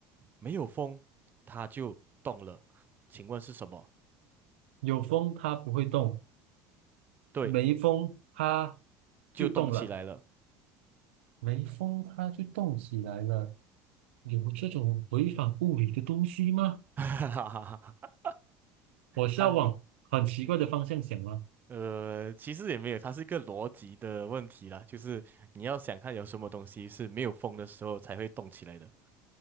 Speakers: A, on the right; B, on the right.
A: 没有风它就动了，请问是什么？
B: 有风它不会动，
A: 对，
B: 没风它
A: 就动起来了。
B: 就动了。没风它就动起来了，有这种违反物理的东西吗？
A: <laughs> 哈哈哈哈。哈，
B: 我是要往很奇怪的方向想吗？
A: 它呃，其实也没有，它是一个逻辑的问题啦，就是你要想看有什么东西是没有风的时候才会动起来的。